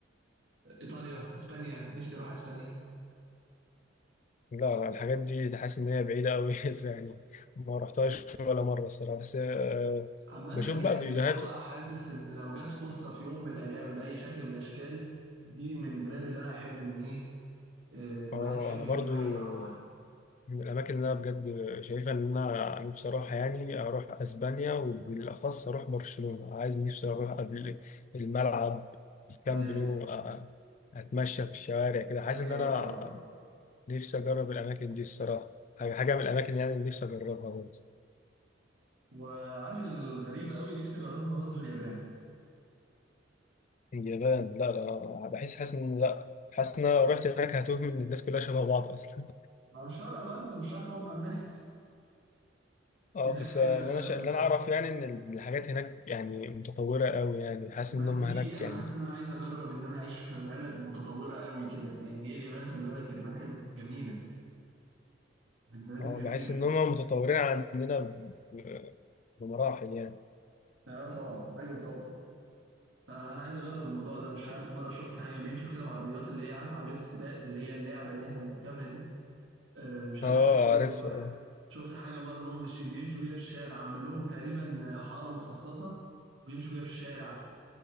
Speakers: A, on the right; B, on the left.
A: ايطاليا اسبانيا نفسي اروح اسبانيا
B: لا لا الحاجات دي تحس ان هي بعيده قوي <laughs> يعني ما رحتهاش ولا مره الصراحه بس آه
A: عامة
B: بشوف بقى
A: يعني
B: فيديوهات
A: اللي هو حاسس ان لو جت فرصة في يوم من الايام باي شكل من الاشكال دي من البلاد اللي انا احب ان ايه آه، الواحد
B: اه
A: يحب
B: انا
A: يروح
B: برضو
A: يجربها يعني.
B: من الاماكن اللي انا بجد شايفها ان انا نفسي اروحها يعني اروح اسبانيا وبالاخص اروح برشلونه عايز نفسي اروح قبل الملعب الكامب
A: ايوه
B: نو آه، آه، اتمشى في الشوارع كده حاسس
A: ايوه
B: ان انا
A: طبعا
B: نفسي اجرب الاماكن دي الصراحه حاجه حاجة من الاماكن يعني اللي نفسي اجربها برضو
A: وعارف الغريبة قوي نفسي اجربها برضو اليابان
B: اليابان لا لا بحس حاسس ان لا حاسس ان انا لو رحت هناك هتوه من الناس كلها شبه بعض اصلا
A: ما مش فارقة بقى انت مش رايح تقعد مع الناس
B: <laughs> اه
A: هناك
B: بس آه،
A: آه،
B: اللي انا شا... اللي انا اعرف يعني ان الحاجات هناك يعني متطوره قوي يعني حاسس
A: ما
B: ان
A: دي
B: هم هناك
A: انا
B: يعني
A: حاسس ان انا عايز اجرب ان انا اعيش في بلد متطوره قوي كده يعني هي اليابان خلي بالك اليابان حلوه جميله من البلاد
B: اه
A: الجميله
B: بحس ان هم متطورين عندنا ب- بمراحل يعني
A: اه طبعا ايوه طبعا فانا عايز اجرب الموضوع ده مش عارف مره شفت حاجه بيمشوا كده بعربيات اللي هي عارف عربيات السباق اللي هي اللعبه اللي احنا بنركبها دي آه مش
B: اه
A: عارف شفتهم
B: عارف اه
A: شفت حاجه مره ان هم ماشيين بيمشوا بيها في الشارع عامل لهم تقريبا حاره مخصصه بيمشوا بيها في الشارع